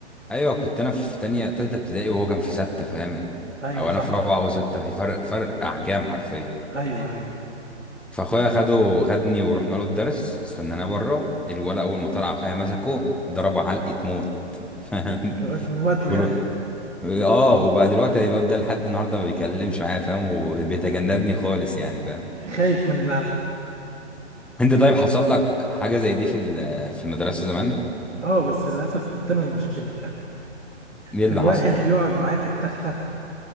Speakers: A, in the centre; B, on the right (about 85°).
A: ايوه كنت انا في تانية تالتة ابتدائي وهو كان في ستة فاهم
B: ايوه
A: او
B: صح
A: انا في رابعة وهو ستة في فرق فرق احجام حرفيا
B: ايوه ايوه
A: فاخويا خده خدني ورحنا له الدرس استناناه بره الولد اول ما طلع اخويا مسكه ضربه علقه موت <laughs> فاهم
B: الواد موته
A: بقوله
B: يعني
A: اه وبقى دلوقتي الواد ده لحد النهارده ما بيكلمش معايا فاهم وبيتجنبني خالص يعني فاهم
B: خايف من العلقه
A: انت طيب حصل لك حاجه زي دي في ال- في المدرسه زمان
B: اه بس للاسف كنت انا المشكله
A: ايه
B: كان
A: اللي
B: واحد
A: حصل
B: بيقعد معايا في التختة